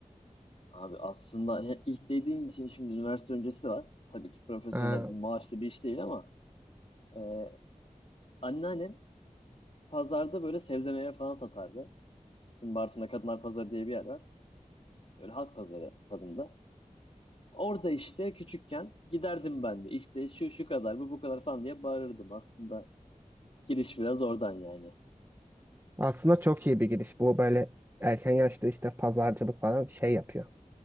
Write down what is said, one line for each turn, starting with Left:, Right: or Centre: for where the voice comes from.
Left: Abi aslında ya ilk dediğin için şimdi üniversite öncesi de var. Tabii ki profesyonel
Right: Aa,
Left: bir maaşlı bir iş değil ama e, anneannem pazarda böyle sebze meyve falan satardı. Bizim Bartın'da Kadınlar Pazarı diye bir yer var. Böyle halk pazarı tadında. Orada işte küçükken giderdim ben de. İşte şu şu kadar, bu bu kadar falan diye bağırırdım. Aslında giriş biraz oradan yani.
Right: aslında çok iyi bir giriş. Bu böyle erken yaşta işte pazarcılık falan şey yapıyor.